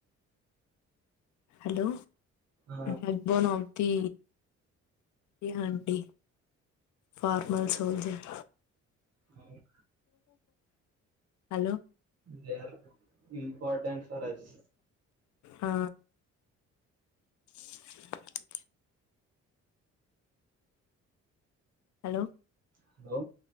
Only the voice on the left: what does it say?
హలో
బ్యాక్ బోన్ అఫ్ ది ఏమండి ఫార్మల్ సోల్జర్
Hello
ఆ <inaudible> హలో